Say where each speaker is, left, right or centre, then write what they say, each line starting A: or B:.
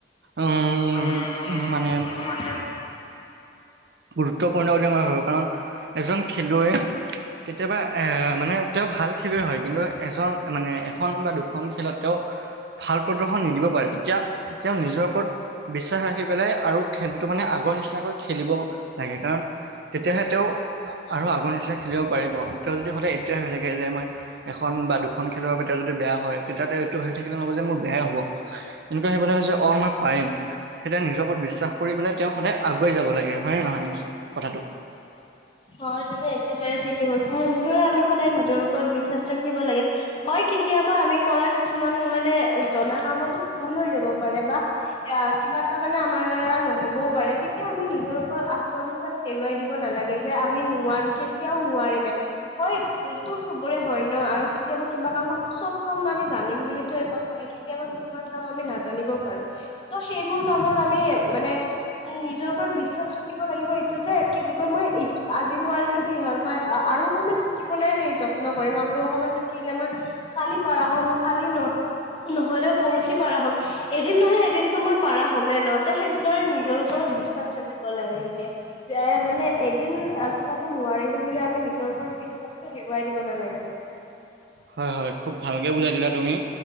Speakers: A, on the right; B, on the left.
A: উম,
B: উম
A: মানে
B: মানে
A: গুৰুত্বপূৰ্ণ তে মই ভাবো কাৰণ এজন খেলুৱৈ কেতিয়াবা এ মানে তেওঁ ভাল খেলুৱৈ হয় কিন্তু এজন মানে এখন বা দুখন খেলত তেওঁ ভাল প্ৰদৰ্শন নিদিব পাৰে তেতিয়া তেওঁ নিজৰ ওপৰত বিশ্বাস ৰাখি পেলাই আৰু খেলটো মানে আগৰ নিচিনাকৈ খে খেলিবও লাগে কাৰণ তেতিয়াহে তেওঁ আৰু আগৰ নিচিনা খেলিব পাৰিব তেওঁ যদি সদায় <unintelligible> হৈ থাকে যে মই এখন বা দুখন খেলৰ বাবে এতিয়া যদি বেয়া হয় তেতিয়া তেওঁ এইটো ভাবি থাকিলে নহব যে মোৰ বেয়াই হ'ব এনেকুৱা সেইবিলাক হৈছে অ, মই পাৰিম সেই তেতিয়া নিজৰ ওপৰত বিশ্বাস কৰি পেলাই তেওঁ সদায় আগুৱাই যাব লাগে হয়ে নহয় কথাটো?
B: হয় তুমি একেবাৰে ঠিকে কৈছা সেনেদৰে আমি সদায় নিজৰ ওপৰত বিশ্বাস ৰাখিব লাগে হয় কেতিয়াবা আমি কৰা কিছুমান মানে জনা কামতো ভুল হৈ যাব পাৰে বা এয়া কিব কিবা এটা মানে আমাৰ দ্বাৰা নহবও পাৰে তেতিয়া আমি নিজৰ ওপৰত আত্মবিশ্বাস হেৰুৱাই দিব নালাগে যে আমি নোৱাৰো কেতিয়াও নোৱাৰিমে হয় ভুলতো চবৰে হয় ন' আৰু কেতিয়াবা কিবা কাম চব কাম আমি জানিম বুলিম এ কথা নাই কেতিয়াবা কিছুমান কাম আমি নাজানিব পাৰো তো সে সেইবোৰ কামত আমি মানে উম, নিজৰ ওপৰত বিশ্বাস ৰাখিব লাগিব এইটো যে কি বুলি কয় মই এই ত' আজি নোৱাৰিলো কি হ'ল মই আৰু অকনমান শিকিবলৈ সেই যত্ন কৰিম মই বোলো অকনমান শিকিলে মই খালি পাৰা হম কালি ন নহলেও পৰহি পাৰা হ'ম এদিন নহয় এদিনতো মই পাৰা হ'মে ন ত সেনেদৰে নিজৰ ওপৰত বিশ্বাস ৰাখিব লাগেগে যে মানে এদিন কিবা এটা নোৱাৰিলোঁ বুলি আমি নিজৰ ওপৰত বিশ্বাসটো হেৰুৱাই দিব নালাগে
A: হয় হয় খুব ভালকে বুজাই দিলা তুমি